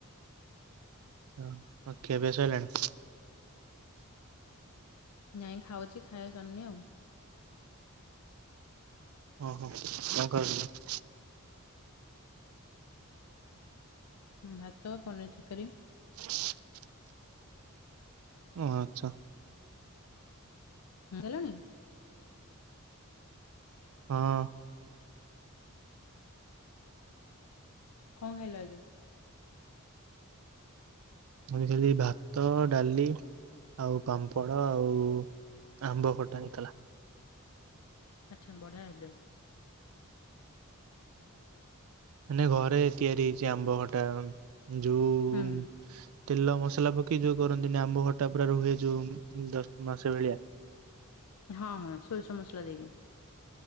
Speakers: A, on the right (about 65°); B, on the left (about 85°).
A: ଓ ଖିଆପିଆ ସଇଲାଣି।
B: ନାଇଁ ଖାଉଛି ଖାଇବା ସନେ ଆଉ।
A: ହ ହୋ କଣ କରନ୍ତି?
B: ଭାତ ପନିର ତରକାରୀ।
A: <inaudible> ଓ ଆଚ୍ଛା।
B: ସାରିଲଣି।
A: ହଁ।
B: କଣ ଖାଇଲ ଆଜି?
A: ମୁଣିି ଭାତ ଡାଲି। ଆଉ ପାମ୍ପଡ ଆଉ ଆମ୍ବ ଖଟା ହେଇଥିଲା।
B: ଆଚ୍ଛା ବଢିଆ ହେଇଥିଲା।
A: ମାନେ ଘରେ ତିଆରି ହେଇଛି ଆମ୍ବ ଖଟା ଯୋଉ
B: ହୁଁ।
A: ତେଲ ମସଲା ପକେଇ ଯୋଉ କରନ୍ତିନି ଆମ୍ବ ଖଟା ପୁରା ରୁହେ ଯୋଉ ଦଶ ମାସ ଭଳିଆ!
B: ହଁ ସୋରିଷ ମସଲା ଦେଇକି